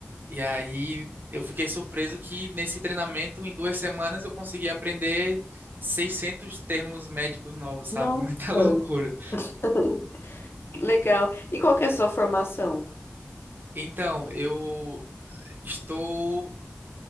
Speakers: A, on the right (about 45°); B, on the left (about 60°).
A: E aí eu fiquei surpreso que nesse treinamento, em duas semanas, eu consegui aprender 600 termos médicos novos, sabe?
B: Nossa,
A: <laughs> Muita
B: <laughs>
A: loucura.
B: que legal. E qual que é a sua formação?
A: Então, eu estou